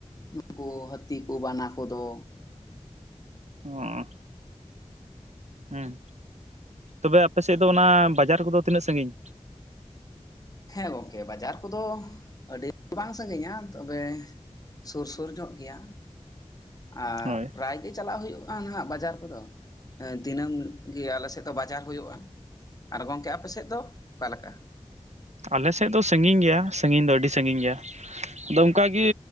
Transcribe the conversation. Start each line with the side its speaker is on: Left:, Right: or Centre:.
Left: ᱱᱩᱠᱩ ᱦᱟᱹᱛᱤ ᱠᱩ ᱵᱟᱱᱟ ᱠᱚᱫᱚ᱾
Right: ᱚᱸ᱾ ᱦᱩᱸ ᱛᱚᱵᱮ ᱟᱯᱮ ᱥᱮᱫ ᱫᱚ ᱚᱱᱟ ᱵᱟᱡᱟᱨ ᱠᱚᱫᱚ ᱛᱤᱱᱟᱹᱜ ᱥᱟᱹᱜᱤᱧ᱾
Left: ᱦᱮᱸ ᱜᱚᱢᱠᱮ ᱵᱟᱡᱟᱨ ᱠᱚᱫᱚ ᱟᱹᱰᱤ ᱵᱟᱝ ᱥᱟᱹᱜᱤᱧᱟ ᱛᱚᱵᱮ᱾ ᱥᱩᱨ ᱥᱩᱨ ᱧᱚᱜ ᱜᱮᱭᱟ ᱟᱨ
Right: ᱦᱳᱭ
Left: ᱯᱨᱟᱭ ᱜᱤ ᱪᱟᱞᱟᱜ ᱦᱳᱭᱳᱜ ᱠᱟᱱ ᱦᱟᱸᱜ ᱵᱟᱡᱟᱨ ᱠᱚᱫᱚ ᱫᱤᱱᱟᱹᱢ ᱜᱤ ᱟᱞᱮ ᱥᱮᱫ ᱫᱚ ᱵᱟᱡᱟᱨ ᱦᱳᱭᱳᱜᱼᱟ᱾ ᱟᱨ ᱜᱚᱝᱠᱮ ᱟᱯᱮ ᱥᱮᱫ ᱫᱚ ᱚᱠᱟ ᱞᱮᱠᱟ᱾
Right: ᱟᱞᱮ ᱥᱮᱫ ᱫᱚ ᱥᱟᱹᱜᱤᱧ ᱜᱮᱭᱟ ᱥᱟᱹᱜᱤᱧ ᱫᱚ ᱟᱹᱰᱤ ᱥᱟᱹᱜᱤᱧ ᱜᱮᱭᱟ᱾ ᱟᱫᱚ ᱚᱱᱠᱟ ᱜᱤ